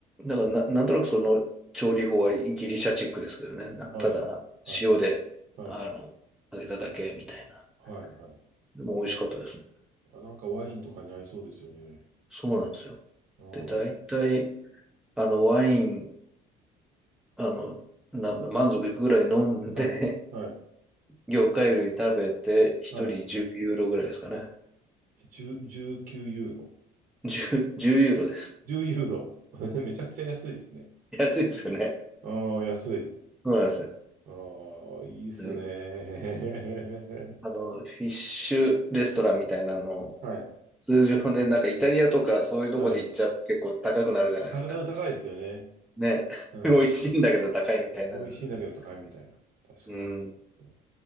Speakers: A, in the centre; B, on the right.
A: だからな、なんとなくその調理法はギリシャチックですけどね。なんかただ塩で、
B: はいはいはいはい。
A: あの、揚げただけみたいな。
B: はいはい。
A: でも美味しかったですね。
B: あ、なんかワインとかに合いそうですよね。
A: そうなんですよ。
B: ああ、は
A: で、大体、あの、ワイン、あの、なんだ、満足いくぐらい飲んで、
B: いはい
A: <laughs> 魚介類食べて、一人10ユーロぐらいですかね。
B: はい。10、19ユーロ。
A: 10、じゅうユーロです。
B: 10ユーロ。<laughs> めちゃくちゃ安いですね。
A: 安いですよね。
B: ああ、安い。
A: そうなんですよ。
B: ああ、いいっすね。
A: であの、フィッシュレストランみたいなの
B: <laughs> はい。
A: 通常ね、なんかイタリアとかそういうとこで行っちゃうと結構高くなるじゃないですか。
B: はい。た、あの、高いですよね。
A: ね。<laughs>
B: うん。
A: 美味しいんだけど高いみたいになるんですけど。
B: 美味しいんだけど高いみたいな。確か
A: うん。
B: に。